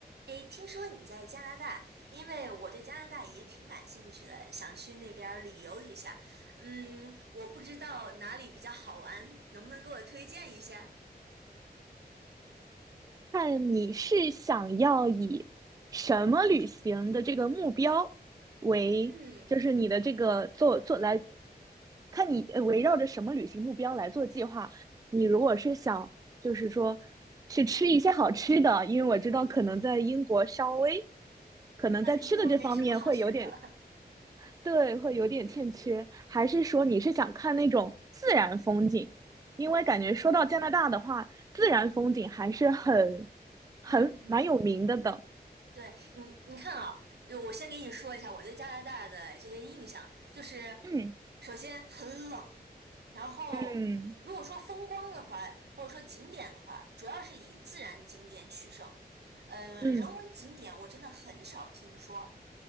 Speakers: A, on the right; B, on the right.
A: 哎，听说你在加拿大，因为我对加拿大也挺感兴趣的，想去那边儿旅游一下。嗯，我不知道哪里比较好玩，能不能给我推荐一下？
B: 看你是想要以什么旅行的这个目标为，
A: 嗯，
B: 就是你的这个做做来，看你呃围绕着什么旅行目标来做计划。你如果是想就是说去吃一些好吃的，因为我知道可能在英国稍微可能在吃的这方面会有点
A: 呃英国没什么好去的。<laughs>
B: 对，会有点欠缺。还是说你是想看那种自然风景？因为感觉说到加拿大的话，自然风景还是很、很蛮有名的的。
A: 嗯对你，你看啊，就我先给你说一下我对加拿大的这些印象，就是
B: 嗯
A: 首先很冷，然后如果说风光的话，
B: 嗯
A: 或者说景点的话，主要是以自然景点取胜。嗯、
B: 嗯
A: 人文景点我真的很少听说，